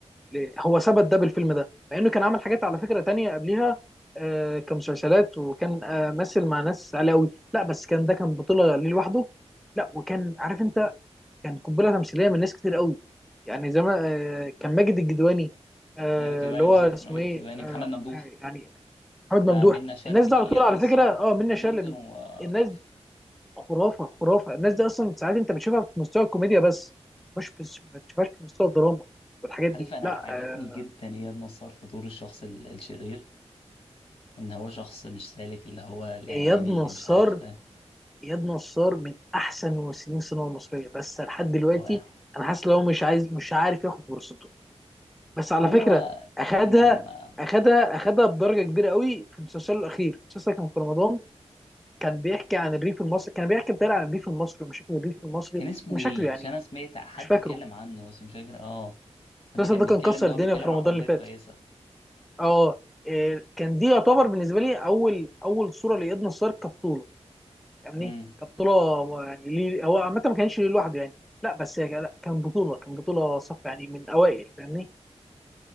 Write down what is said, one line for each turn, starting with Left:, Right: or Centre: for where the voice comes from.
Centre: ليه؟ هو ثبت ده بالفيلم ده مع انه كان عمل حاجات على فكره تانية قبلها آه، كمسلسلات وكان آه، مثل مع ناس علاوي لا بس كان ده كان بطوله ليه لوحده لا وكان عارف انت كان قنبله تمثيليه من ناس كتير قوي يعني زي ما آه، كان ماجد الجدواني آه،
Left: ماجد الكدواني
Centre: اللي هو
Left: بالظبط
Centre: اسمه
Left: ماجد
Centre: ايه
Left: الكدواني
Centre: آه،
Left: محمد ممدوح
Centre: آه، يعني محمد
Left: آه
Centre: ممدوح
Left: منة شلبي
Centre: الناس دي على
Left: اياد
Centre: طول على
Left: نصار
Centre: فكره اه منة
Left: كلهم
Centre: شلبي
Left: كانوا آه
Centre: الناس
Left: تحفة
Centre: دي خرافه خرافه الناس دي اصلا ساعات انت بتشوفها في مستوى الكوميديا بس مش بس ما بتشوفهاش في مستوى الدراما والحاجات
Left: عارف
Centre: دي
Left: انا
Centre: لا
Left: عجبني
Centre: آه،
Left: جدا اياد نصار في دور الشخص ال- الشرير ان هو شخص مش سالك اللي هو الاعلامي
Centre: اياد نصار
Left: اللي مش عارف آه،
Centre: اياد نصار من احسن ممثلين السينما المصريه بس لحد دلوقتي
Left: رائع
Centre: انا حاسس ان هو مش عايز مش عارف ياخد فرصته بس على
Left: هو
Centre: فكره اخدها
Left: ما ما
Centre: اخدها اخدها بدرجه كبيره قوي في مسلسله الاخير المسلسل كان في رمضان كان بيحكي عن الريف المصري كان بيحكي بتاع عن الريف المصري ومشاكل الريف المصري
Left: كان اسمه
Centre: مشاكله
Left: ايه
Centre: يعني
Left: عشان انا سمعت حد
Centre: مش فاكره
Left: اتكلم عنه بس مش فاكر اه حد
Centre: المسلسل
Left: كان
Centre: ده
Left: بيتكلم
Centre: كان كسر
Left: ان هو
Centre: الدنيا
Left: بيتكلم
Centre: في رمضان
Left: عن قضية
Centre: اللي فات
Left: كويسة
Centre: اه إيه، كان دي يعتبر بالنسبه لي اول اول صوره لاياد نصار كبطوله يعني
Left: امم
Centre: كبطوله يعني ليه هو عامه ما كانش ليه لوحده يعني لا بس هي كان- لا كان بطوله كان بطوله صف يعني من اوائل فاهمني